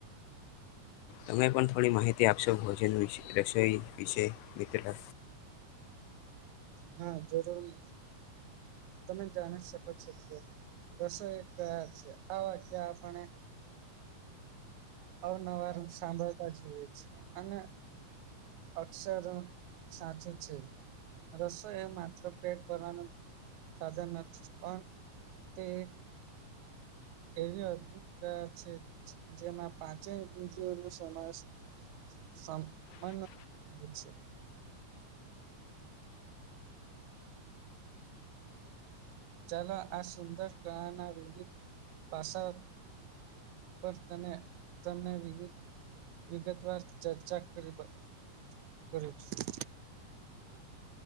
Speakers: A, on the left (about 80°); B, on the right (about 75°).
A: તને પણ થોડી માહિતી આપશો ભોજન રસોઈ વિશે મિત્ર.
B: હા જરૂર મ તમે જાણી શકો છ રસો એક કયા છે, આ વાક્ય આપણે અ નવાર સાંભળતા જોઈએ છેએ, અને અક્ષર સાચું છે. રસોએ માત્ર પેટ ભરવાનું સાધન નથી પણ તે એક એવી અદભુત અ છે જેમાં. પાંચે પંચઓ ન સમાવેશ સામાન છે. ચાલો આ સુંદર કળા ના વિવિધ પાસા પસ તને તને વિવિધ. વિગતવાર ચર્ચા કરીવા કરું છું.